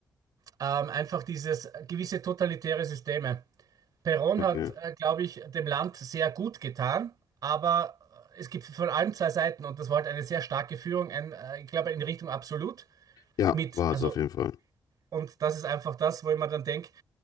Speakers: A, on the right (about 75°); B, on the left (about 85°).
A: Ähm, einfach dieses gewisse totalitäre Systeme. Perón
B: okay.
A: hat, äh, glaube ich, dem Land sehr gut getan, aber äh, es gibt von allen zwei Seiten und das war halt eine sehr starke Führung, ein, äh, ich glaube, in Richtung absolut
B: Ja,
A: mit.
B: war
A: Also,
B: es auf jeden Fall.
A: und das ist einfach das, wo ich mir dann denke,